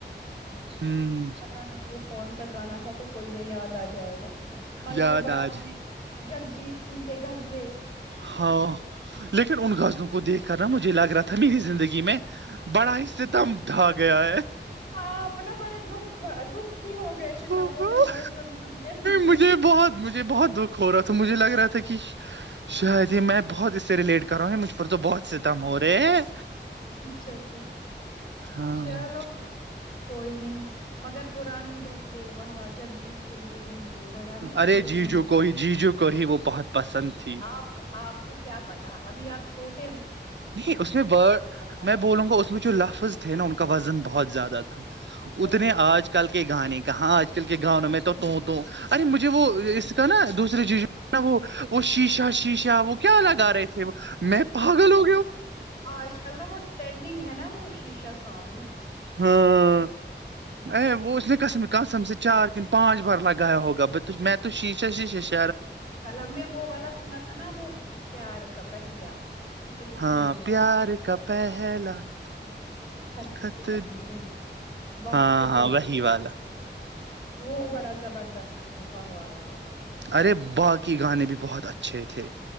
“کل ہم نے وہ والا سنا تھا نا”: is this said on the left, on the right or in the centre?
Left